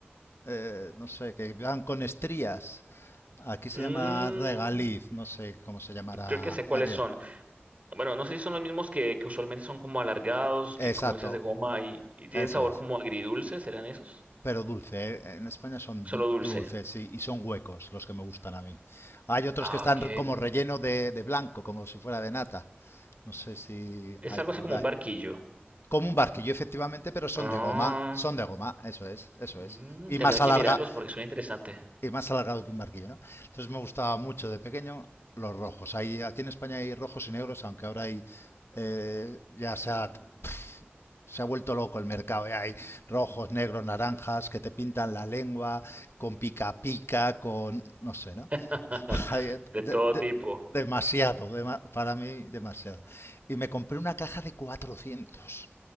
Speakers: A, on the left (about 85°); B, on the right (about 35°).
A: eh, no sé, que van con estrías. Aquí se
B: Mm,
A: llama regaliz, no sé cómo se llamará
B: creo que sé cuáles
A: allí.
B: son. Bueno, no sé si son los mismos que, que usualmente son como alargados
A: Exacto,
B: y como dices de goma y, y tienen
A: eso
B: sabor
A: es.
B: como agridulce, ¿serán esos?
A: Pero dulce, ¿eh? en España son
B: Solo dulce.
A: dulces sí, y son huecos los que me gustan a mí. Hay otros
B: Ah,
A: que están
B: ok.
A: re- como relleno de, de blanco, como si fuera de nata. No sé si
B: Es
A: hay
B: algo
A: por
B: así como
A: ahí.
B: un barquillo.
A: Como un barquillo, efectivamente, pero son
B: Ah,
A: de goma. Son de goma, eso es, eso
B: mm,
A: es. Y
B: tendré
A: más
B: que
A: alarga,
B: mirarlos porque son interesantes.
A: y más alargado que un barquillo, ¿no? Entonces me gustaba mucho de pequeño los rojos. Hay, aquí en España hay rojos y negros, aunque ahora hay, eh, ya se ha, pf, se ha vuelto loco el mercado. ya Hay rojos, negros, naranjas que te pintan la lengua con pica pica, con, no sé, ¿no?
B: <laughs>
A: <laughs> Hay, eh,
B: De
A: de-
B: todo
A: de-
B: tipo.
A: demasiado, dema- para mí demasiado. Y me compré una caja de 400.